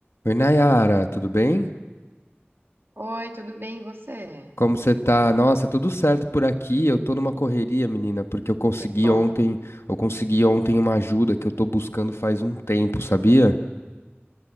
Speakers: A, on the left (about 85°); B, on the right (about 60°).
A: Oi, Nayara, tudo bem?
B: Oi, tudo bem, e você?
A: Como você tá? Nossa, tudo certo por aqui. Eu tô numa correria, menina, porque eu consegui
B: Que bom.
A: ontem, eu consegui ontem uma ajuda que eu tô buscando faz um tempo, sabia?